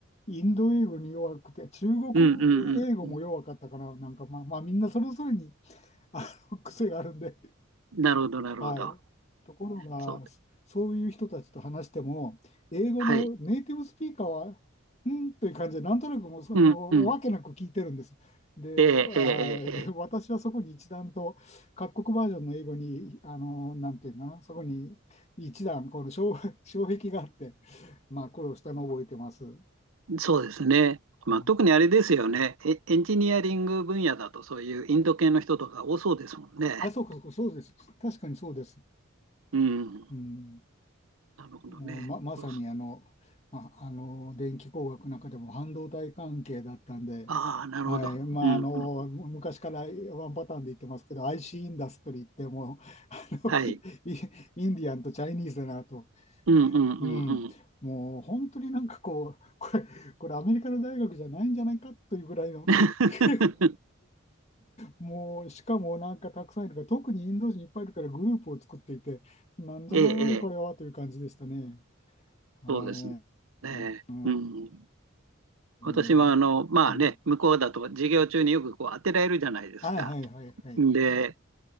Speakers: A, on the left; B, on the right.
A: インド英語に弱くて、中国
B: うんうんうん。
A: 英語も弱かったから、なんかまあ、まあ、みんなそれぞれにあの癖があるんで、
B: なるほど、なるほど。
A: はい。ところが、
B: そう。
A: そそういう人たちと話しても、英語のネイティブスピーカーは、
B: はい。
A: うんという感じで、なんとなくもう、そのもうわけなく聞いてるんです。
B: うんうん。
A: で、あーで、
B: えええええええ
A: 私はそこに一段と、各国バージョンの英語に、あの、なんていうのかな、そこに一段、この障、<laughs> 障壁があって、まあ、苦労したのを覚えてます。う
B: えそうですね。
A: ん、
B: まあ、特にあれですよね。エ、エンジニアリング分野だとそういうインド系の人とか多そうですもんね。
A: あ、そうか、そうか、そうです。確かにそうです。
B: うん。
A: うん
B: なるほどね。
A: もうま、まさにあの、
B: そうそう。
A: まあ、あの電気工学の中でも半導体関係だったんで、
B: ああ、なるほど。
A: はいまあ、
B: うんうん。
A: あのむ昔からワンパターンで言ってますけど IC イシーインダストリーってもうあのイインディアンとチャイニーズだなと、
B: はい。うんうんうんうん。
A: うん、もう本当になんかこうこれ、これアメリカの大学じゃないんじゃないかというぐらいの
B: <laughs>
A: <laughs> もうしかもなんかたくさんいるから特にインド人いっぱいいるからグループを作っていてなんじゃらないこれはという感じでしたね。
B: ええええ
A: はい。
B: そうですね。ねえうん。
A: で、
B: 私はあの、
A: う
B: まあね、
A: ん。
B: 向こうだと授業中によくこう当てられるじゃないですか。
A: あ、はいはいはい。
B: で、